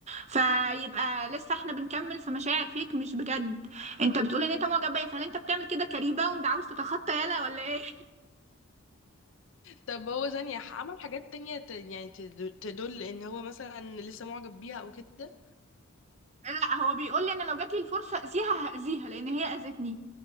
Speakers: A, on the right; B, on the left.
A: فيبقى لسه احنا بنكمل في مشاعر فيك مش بجد انت بتقول ان انت معجب بيا فهل انت بتعمل كده كريباوند عاوز تتخطى يالا ولا ايه
B: طب هو ثانيه عمل حاجات تانية ت- يعني تدل تدل ان هو مثلا لسه معجب بيها او كده
A: لا هو بيقول لي انا لو جات لي الفرصه اذيها هاذيها لان هي اذتني